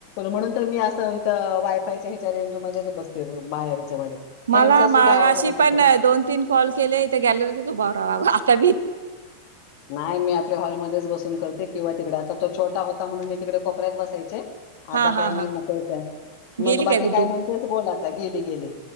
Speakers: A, on the left; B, on the right.
A: म्हणून तर मी असं इथं वायफायच्या ह्याच्या रेंज मध्येच बसते बाहेर ह्याच्यामध्ये फॅनचा
B: मला
A: सुद्धा
B: माग
A: आवाज
B: अशी
A: आला तर
B: पण दोन तीन कॉल केले इथे गॅलरीत उभारा लाग आताी
A: नाही मी आपल्या हॉलमध्येध्येच बसून करते किंवा तिकड तर तो छोटा होता म्हणून मी तिकडे कोपऱ्यात बसायचे
B: हा
A: आता
B: हा
A: काय मी
B: हा
A: मोकळेचंय मग
B: गेली
A: बाकी
B: गुड्डू?
A: काय म्हणतेच बोला आता गेली गेली